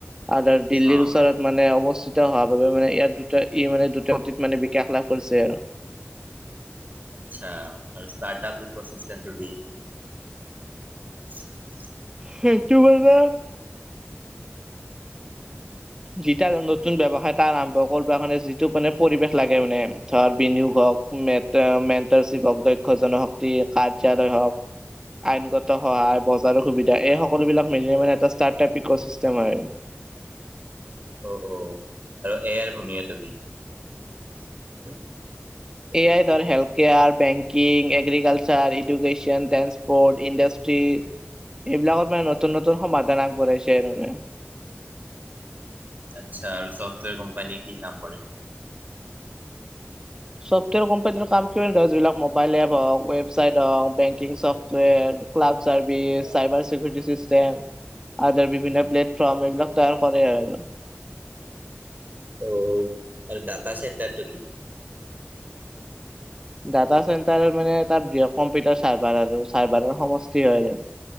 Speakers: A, on the right; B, on the right.
A: আৰু দিল্লীৰ
B: অ'
A: ওচৰত মানে অৱস্থিত হোৱা বাবে মানে ইয়াত দুটা ই মানে দু <unintelligible> মানে বিকাশ লাভ কৰিছে আৰু।
B: আচ্ছা আৰু ষ্টাৰটাপ ইকো চিষ্টেমটো কি? <inaudible>
A: সেইতো মানে যিটা নতুন ব্যৱসায় তাৰ আৰম্ভ কৰিব কাৰণে যিটো মানে পৰিৱেশ লাগে মানে ধৰ বিনিয়োগ হওক - মে মেণ্টাৰশ্বিপ দক্ষ জনশক্তি কাৰ্যালয় হওক - আইনগত সহায় বজাৰৰ সুবিধা এই সকলো বিলাক, মিলিলে মানে এটা ষ্টাৰ্ট টাইপিকৰ চিষ্টম হয়।
B: অ অ, আৰু এ আইৰ ভূমিকা টো কি? <unintelligible>
A: এ আই ধৰ health care, banking, agriculture, education, trench- port, industry এইবিলাকত মানে নতুন নতুন সমাধান আগবঢ়াইছে আৰু মানে।
B: আচ্ছা, আৰু চফ্টৱেৰ কোম্পানীয়ে কি কাম কৰে?
A: চফ্টৱেৰ কোম্পানী নো কাম যিবিলাক মোবাইল এপ হওক, ৱেবছাইট হওঁক, বেংকিং চফ্টৱেৰ - ক্লাব ছাৰ্ভিচ,
B: অ'
A: চাইবাৰ চিকিউৰিটি চিষ্টেম, আদাৰ
B: অ'
A: বিভিন্ন প্লেট- ফ্ৰাম এইবিলাক তৈয়াৰ কৰে আৰু।
B: অ, আৰু ডাটা চেণ্টাৰটো কি?
A: ডাটা চেণ্টাৰ মানে তাত কম্পিউটাৰ চাৰ্ভাৰ আৰু চাৰ্ভাৰ সমষ্টি হয় আৰু।